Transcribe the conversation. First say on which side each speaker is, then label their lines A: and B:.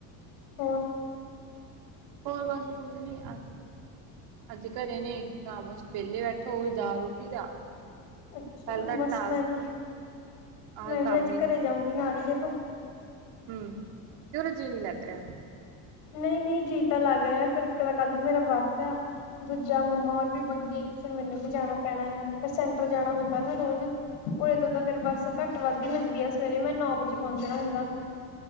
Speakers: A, on the left; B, on the right.
A: ਹੋਰ
B: ਹੋਰ ਬਸ ਕੁਝ ਨੀ ਅੱਜ ਅੱਜ ਘਰੇ ਨੇ ਤਾਂ ਬਸ ਵਿਹਲੇ ਬੈਠੋ ਦਾਲ ਰੋਟੀ ਦਾ
A: ਅੱਛਾ
B: ਪਲ ਦਾ
A: ਬਸ
B: ਟਾਸਕ
A: ਮੈਂ ਵੀ
B: ਆਹ
A: ਮੈਂ ਵੀ
B: ਕੰਮ
A: ਅੱਜ
B: ਏ ਹੂੰ
A: ਘਰੇ ਜਾਊਂਗੀ ਨਾਲ ਤਕੇ ਤ
B: ਹਮ ਕਿਉਂ ਰ ਜੀਅ ਨੀ ਲੱਗ ਰਿਹਾ
A: ਨਹੀਂ ਨਹੀਂ ਜੀਅ ਤਾਂ ਲੱਗ ਰਿਹਾ ਫਿਰ ਇੱਕ ਤਾਂ ਕੱਲ ਮੇਰਾ ਵਰਤ ਆ ਦੂਜਾ ਮੰਮਾ ਔਰ ਵੀ ਵਗ ਗਈ ਫਿਰ ਮੈਨੂੰ ਵੀ ਜਾਣਾ ਪੈਣਾ ਆ ਫਿਰ ਸੈਂਟਰ ਜਾਣਾ ਹੁੰਦਾ ਨਾ ਰੋਜ਼। ਉਰੇ ਤੋਂ ਤਾਂ ਫੇਰ ਬੱਸ ਘੱਟ। ਘੱਟ ਵੱਧਦੀ ਮਿਲਦੀ ਆ ਸਵੇਰੇ ਮੈਂ ਨੌ ਵਜੇ ਪਹੁੰਚਣਾ ਹੁੰਦਾ ।